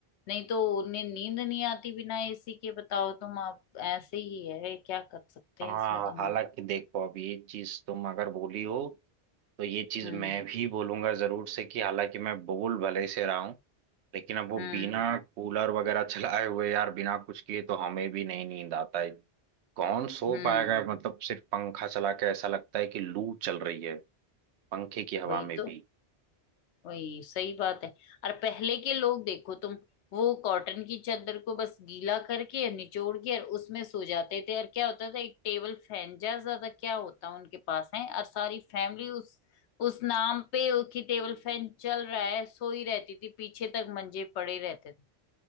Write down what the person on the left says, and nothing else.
नहीं तो उन्हें नींद नहीं आती बिना एसी के बताओ तुम आप ऐसे ही है क्या कर सकते
हैं इसमें तो
हम
हम्म
हम्म
हम्म
वही
तो
वही सही बात है और पहले के लोग देखो तुम वो कॉटन की चादर को बस गीला करके और निचोड़ के और उसमें सो जाते थे और क्या होता था एक टेबल फैन ज्यादा ज्यादा क्या होता उनके पास है और सारी फैमिली उस उस नाम पे कि टेबल फैन चल रहा है सोई रहती थी पीछे तक मंजे पड़े रहते थे